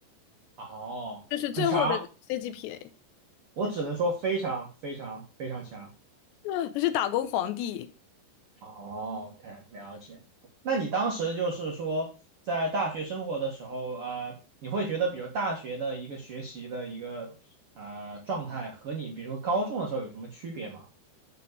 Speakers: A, on the right (about 85°); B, on the left (about 80°).
A: 哦很强，
B: 就是最后的 CGPA，
A: 我只能说非常非常非常强。
B: <laughs> 我是打工皇帝，
A: 哦，OK，了解。那你当时就是说，在大学生活的时候，呃，你会觉得，比如大学的一个学习的一个啊、状态，和你比如说高中的时候有什么区别吗？